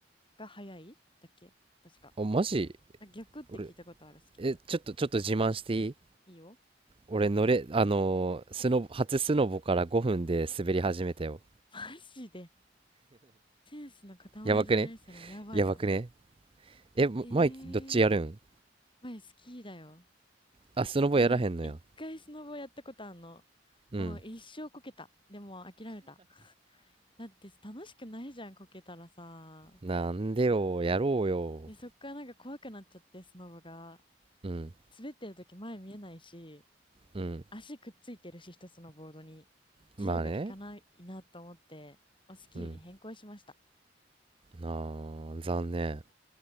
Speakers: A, on the left (about 30°); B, on the right (about 30°).
A: が早いだっけ確か。
B: あ、マジ
A: なんか逆って聞いたことあるスキーと。
B: 俺、え、ちょっと、ちょっと自慢していい
A: いいよ。
B: 俺乗れ、あのースノボ、初スノボから5分で滑り始めたよ。
A: <laughs> マジで。センスの塊じゃないそれはやばいわ。
B: やばくねやばくねえ、
A: えー、
B: マイキどっちやるん
A: 前スキーだよ。
B: あ、スノボやらへんのや。
A: 前一回スノボやったことあんの。
B: うん。
A: もう一生こけた。でも諦めた。だって楽しくないじゃん、こけたらさ。
B: なんでよ、やろうよ。
A: で、そっからなんか怖くなっちゃって、スノボが。
B: うん、
A: 滑ってる時前見えないし、
B: うん。
A: 足くっついてるし、一つのボードに。自由が利かないなと思って、
B: まあね。
A: まあスキーに変更しました。
B: うん。あー、残念。